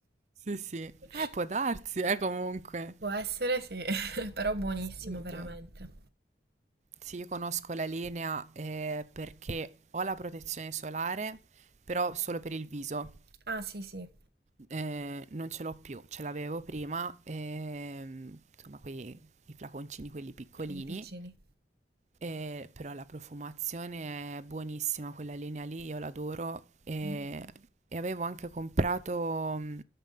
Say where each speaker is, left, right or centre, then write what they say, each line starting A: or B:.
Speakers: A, on the right; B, on the right.
A: Sì, sì. Eh,
B: <laughs>
A: può darsi, eh, comunque.
B: Può essere sì, <laughs> però buonissimo
A: Assurdo.
B: veramente.
A: Sì, io conosco la linea eh, perché ho la protezione solare, però solo per il viso.
B: Ah sì sì.
A: Eh, non ce l'ho più, ce l'avevo prima, ehm, insomma, quei, i flaconcini, quelli piccolini,
B: Quelli piccini.
A: eh, però la profumazione è buonissima, quella linea lì, io l'adoro. eh,
B: Mhm.
A: e avevo anche comprato mm,